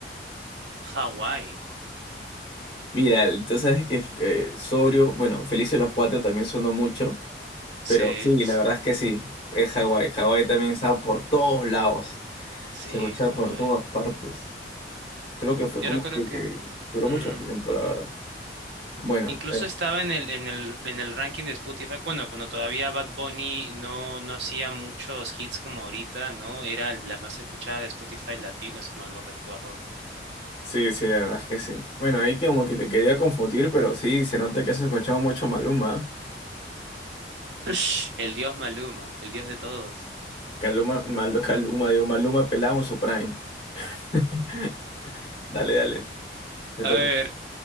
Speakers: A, on the right (about 80°); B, on the left (about 30°).
A: Hawái.
B: Viral, entonces es que eh, Sobrio, bueno, Felices los Cuatro también sonó mucho,
A: Sí,
B: pero sí,
A: sí,
B: la verdad es que sí, es Hawái. Hawái también estaba por todos lados,
A: sí,
B: se escuchaba por
A: joder.
B: todas partes. Creo que fue
A: Yo
B: como
A: no creo
B: que
A: que
B: duró
A: mm,
B: mucho tiempo, la verdad. Bueno,
A: incluso estaba
B: eh,
A: en el, en el, en el ranking de Spotify. Bueno, cuando todavía Bad Bunny no, no hacía muchos hits como ahorita, ¿no? Era el- la más escuchada de Spotify latino, si mal no recuerdo.
B: sí, sí, la verdad es que sí. Bueno, ahí como que te quería confundir, pero sí, se nota que has escuchado mucho Maluma.
A: <laughs> El dios Maluma, el dios de todos.
B: Caluma, Malu, <laughs> Caluma, digo, Maluma pelado su prime. <laughs> Dale, dale, te
A: A
B: toca.
A: ver.